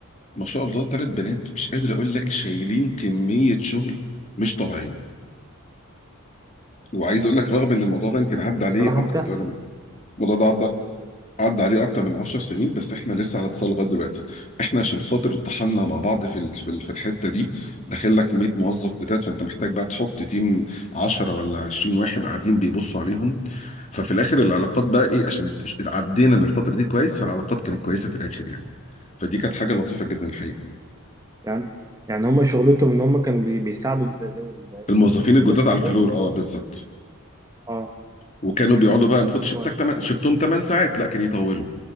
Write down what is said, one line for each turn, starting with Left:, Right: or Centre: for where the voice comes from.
Left: ما شاء الله ثلاث بنات مش قادر اقول لك شايلين كميه شغل مش طبيعيه وعايز اقول لك رغم ان الموضوع ده يمكن عدى عليه
Right: بصراحة
Left: اكتر
Right: بتحصل
Left: الموضوع ده عدى عدى عليه اكتر من 10 سنين بس احنا لسه على اتصال لغايه دلوقتي احنا عشان خاطر اتحدنا مع بعض في ال-
Right: بس-
Left: في ال- في الحته دي داخل لك 100 موظف بتاعت فانت محتاج بقى تحط تيم 10 ولا 20 واحد قاعدين بيبصوا عليهم ففي الاخر العلاقات بقى ايه عشان اتش- عدينا من الفتره دي كويس فالعلاقات كانت كويسه في الاخر يعني فدي كانت حاجه لطيفه جدا الحقيقه
Right: يعني يعني هما شغلتهم ان هما كانوا بي- بيساعدوا ال- ال-
Left: الموظفين
Right: الناس الجديدة
Left: الجداد
Right: في الشغل
Left: على الفلور
Right: ولا
Left: اه بالظبط
Right: اه
Left: وكانوا بيقعدوا بقى المفروض شفتك
Right: كويس
Left: 8 شفتهم 8 ساعات لا كان يطولوا